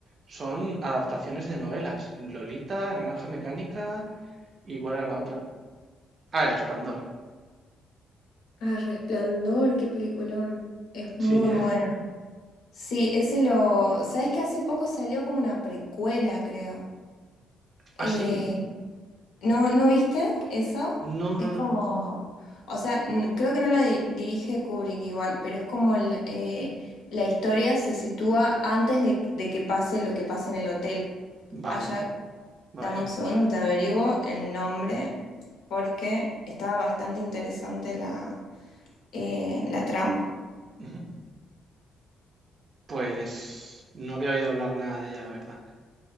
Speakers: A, on the right (about 45°); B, on the left (about 75°).
A: son adaptaciones de novelas. Lolita, Naranja Mecánica, ¿y cuál era la otra? Ah, El Resplandor.
B: Ah, Resplandor, qué peliculón. Es Muy
A: Sí, ¿eh?
B: muy... bueno. Sí, ese lo... ¿Sabes que hace poco salió como una precuela, creo? Eh,
A: Ah, sí.
B: ¿no, no viste eso?
A: No,
B: Es
A: no,
B: como...
A: no.
B: O sea, n- creo que no la di- dirige Kubrick igual, pero es como el, eh, la historia se sitúa antes de, de que pase lo que pasa en el hotel. Allá,
A: Vale, vale.
B: Dame un segundo, te averiguo el nombre porque estaba bastante interesante la, eh, la trama.
A: Ujú. Pues no había oído hablar nada de ella, la verdad.